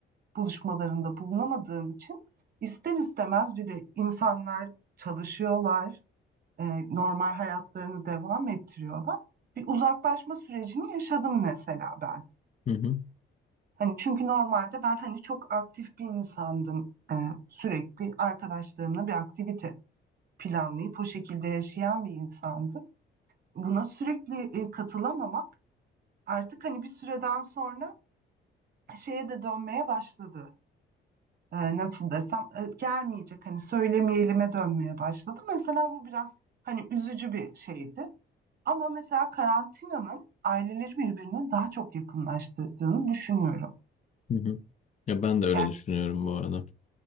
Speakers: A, on the right; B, on the left.
A: buluşmalarında bulunamadığım için ister istemez bir de insanlar çalışıyorlar, e, normal hayatlarını devam ettiriyorlar. Bir uzaklaşma sürecini yaşadım mesela ben.
B: hı hı,
A: Hani çünkü normalde ben hani çok aktif bir insandım. E, sürekli arkadaşlarımla bir aktivite planlayıp o şekilde yaşayan bir insandım. Buna sürekli e, katılamamak artık hani bir süreden sonra şeye de dönmeye başladı. E, nasıl desem e, gelmeyecek hani söylemeyelim'e dönmeye başladı. Mesela bu biraz hani üzücü bir şeydi. Ama mesela karantinanın aileleri birbirine daha çok yakınlaştırdığını düşünüyorum.
B: hı hı. Ya ben de öyle
A: Yani
B: düşünüyorum bu arada.